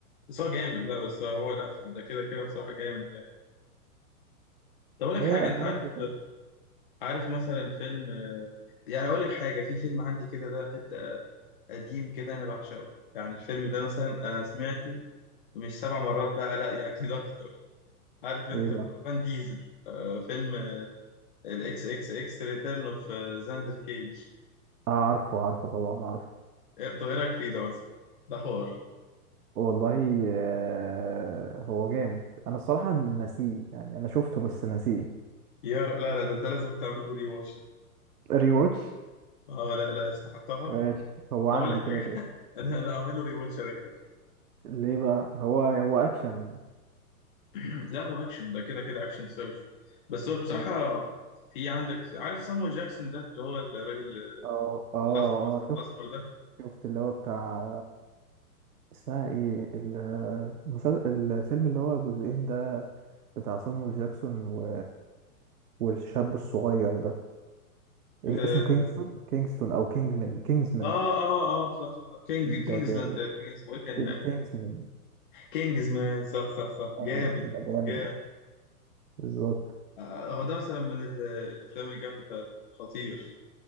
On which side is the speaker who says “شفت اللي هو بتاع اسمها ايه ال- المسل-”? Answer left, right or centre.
Right